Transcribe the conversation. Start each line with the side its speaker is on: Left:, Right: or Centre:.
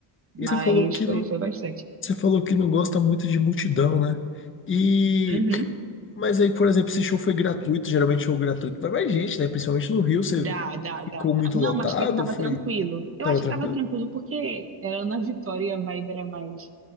Right: Mas
Left: E você falou que
Right: foi,
Left: não-
Right: foi bastante.
Left: Você falou que não gosta muito de multidão, né? E
Right: Uhum.
Left: mas aí, por exemplo, esse show foi gratuito, geralmente show gratuito vai mais gente, né? Principalmente no Rio, você
Right: Dá, dá,
Left: ficou
Right: dá, dá.
Left: muito
Right: Não,
Left: lotado,
Right: mas até que tava
Left: foi,
Right: tranquilo. Eu
Left: tava
Right: acho
Left: tranquilo?
Right: que tava tranquilo porque era Ana Vitória e a vibe era mais.